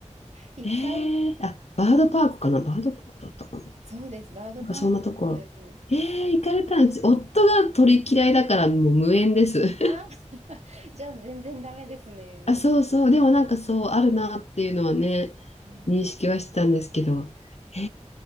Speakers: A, on the right (about 60°); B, on the left (about 60°).
A: 一回、
B: えー、あ、バードパークかなバードパークだったかな
A: そうです。バードパークです。
B: なんかそんなところ。えー、行かれたんです。夫が鳥嫌いだからもう無縁です。<laughs>
A: あ、<laughs> じゃあ全然ダメですね。も
B: あ、そうそう。でもなんかそうあるなっていうのはね。
A: う。うん。
B: 認識はしてたんですけど、へ